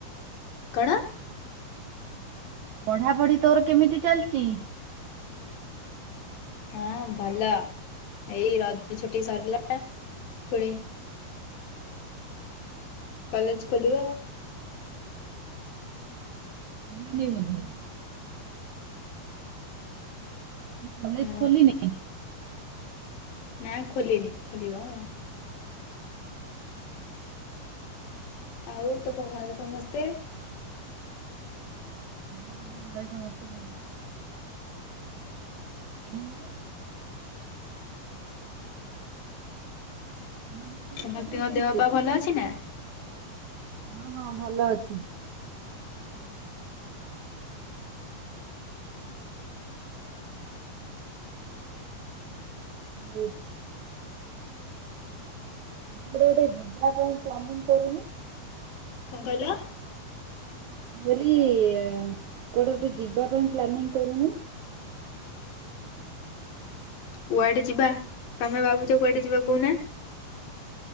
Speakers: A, on the left; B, on the right.
A: କଣ?
B: ପଢା ପଢି ତୋର କେମିତି ଚାଲିଛି?
A: ହଁ ଭଲ ଏଇ ରଜ ଛୁଟି ସରିଲା ପୁଣି କଲେଜ ଖୋଲିବ
B: ବୁଲିନି <unintelligible> କଲେଜ
A: ହଁ
B: ଖୋଲିିନି?
A: ନା ଖୋଲିନି। ଖୋଲିବ ଆଉ। ଆଉ ତୁମ ଘରେ ସମସ୍ତେ?
B: ହଁ ଆମ <unintelligible> ତମ ଘରେ ତମ ଘରେ କେମିତି
A: ସମସ୍ତଙ୍କ
B: ଅଛନ୍ତି ସମସ୍ତେ?
A: ଦେହ ପା ଭଲ ଅଛି ନା?
B: ହଁ ହଁ ଭଲ ଅଛି। ଆଉ କୁଆଡେ ଗୋଟେ ଯିବା ପାଇଁ ପ୍ଲାନିଂ କରୁନୁ।
A: କଣ କହିଲ?
B: ମୁଁ କହିଲି କୁଆଡେ ଗୋଟେ ଯିବା ପାଇଁ ପ୍ଲାନିଂ କରୁନୁ।
A: କୁଆଡେ ଯିବା? ତମେ ଭାବୁଛ କୁଆଡେ ଯିବା କହୁନା?